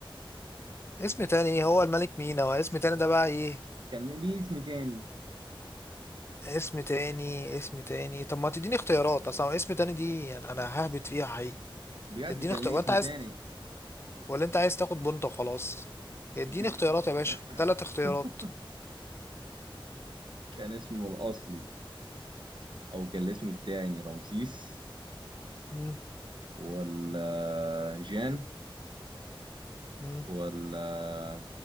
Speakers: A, on the left; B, on the right.
A: اسم تاني ايه؟ هو الملك مينا واسم تاني ده بقى ايه
B: كان ليه اسم تاني
A: اسم تاني اسم تاني طب ما تديني اختيارات اصلا اسم تاني دي يعني انا ههبط فيها حقيقي
B: بجد
A: اديني
B: كان
A: اختيار
B: ليه
A: وانت
B: اسم
A: عايز
B: تاني
A: ولا انت عايز تاخد بنت وخلاص اديني
B: بج...
A: اختيارات يا باشا
B: <laughs>
A: ثلاث اختيارات
B: كان اسمه الأصلي أو كان الاسم التاني رمسيس
A: مم.
B: ولا جان
A: مم.
B: ولا